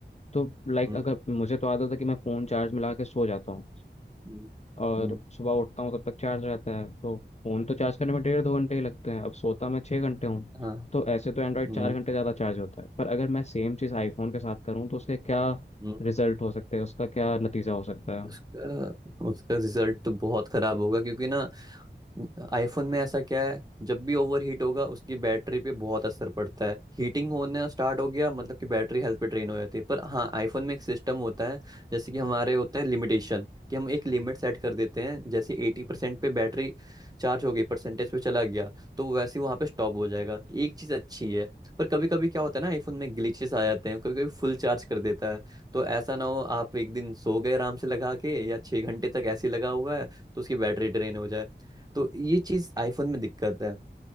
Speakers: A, on the left; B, on the right.
A: तो लाइक
B: हम्म
A: अगर मुझे तो आदत है कि मैं फ़ोन चार्ज में लगा के सो जाता हूँ
B: हम्म,
A: और
B: हम्म,
A: सुबह उठता हूँ तब तक चार्ज रहता है तो फ़ोन तो चार्ज करने में डेढ़ दो घंटे ही लगते हैं अब सोता मैं छः घंटे हूँ
B: हाँ
A: तो ऐसे तो एंड्रॉयड
B: हम्म
A: चार घंटे ज़्यादा चार्ज होता है पर अगर मैं सेम चीज़ आईफोन के साथ करूँ तो उसके क्या
B: हम्म
A: रिजल्ट हो सकते हैं उसका क्या नतीजा हो सकता है
B: उसका उसका रिजल्ट तो बहुत खराब होगा क्योंकि ना आईफोन में ऐसा क्या है जब भी ओवर हीट होगा उसकी बैटरी पे बहुत असर पड़ता है हीटिंग होने स्टार्ट हो गया मतलब कि बैटरी हेल्थ पे ड्रेन हो जाती है पर हाँ आईफोन में एक सिस्टम होता है जैसे कि हमारे होता है लिमिटेशन कि हम एक लिमिट सेट कर देते हैं जैसे एटी परसेंट पे बैटरी चार्ज हो गई परसेंटेज पे चला गया तो वो वैसे ही वहाँ पे स्टॉप हो जाएगा एक चीज़ अच्छी है पर कभी कभी क्या होता है ना आईफोन में ग्लिचेस आ जाते हैं कभी कभी फुल चार्ज कर देता है तो ऐसा ना हो आप एक दिन सो गए आराम से लगा के या छः घंटे तक ऐसे ही लगा हुआ है तो उसकी बैटरी ड्रेन हो जाए तो ये चीज़ आईफोन में दिक्कत है